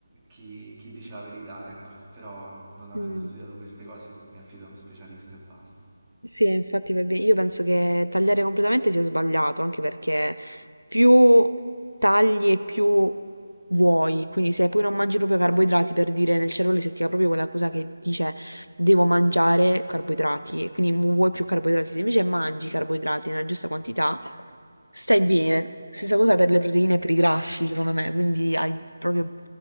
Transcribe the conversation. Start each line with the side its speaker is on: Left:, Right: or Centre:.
Right: chi, chi dice la verità, ecco, però non avendo
Left: Mm.
Right: studiato queste cose mi affido a uno specialista e basta.
Left: Sì, infatti va bene. Io penso che tagliare completamente sia sbagliato, anche perché più tagli e più vuoi, quindi se poi non mangi proprio carboidrati, per dire, nel cervello si attiva proprio quella cosa che dice devo mangiare carboidrati, e quindi mu- vuoi più carboidrati. Se invece mangi carboidrati nella giusta quantità, stai bene. Stessa cosa per le proteine e per i grassi, secondo me, quindi hai proprio